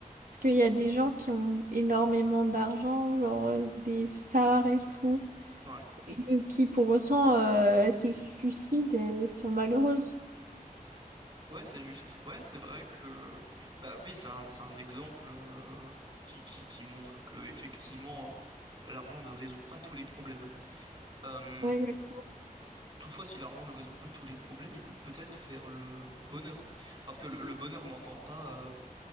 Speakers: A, on the right; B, on the right.
A: Parce qu'il y a des gens qui ont énormément d'argent, genre euh, des stars et tout,
B: Ouais.
A: et qui pour autant, euh, elles se suicident, elles sont malheureuses.
B: Ouais, c'est juste. Ouais, c'est vrai que... Bah oui, c'est un, c'est un exemple euh, qui, qui, qui montre que, effectivement, l'argent ne résout pas tous les problèmes. Euh,
A: Ouais, exact.
B: toutefois, si l'argent ne résout pas tous les problèmes, il peut peut-être faire le bonheur. Parce que le, le bonheur n'entend pas... euh,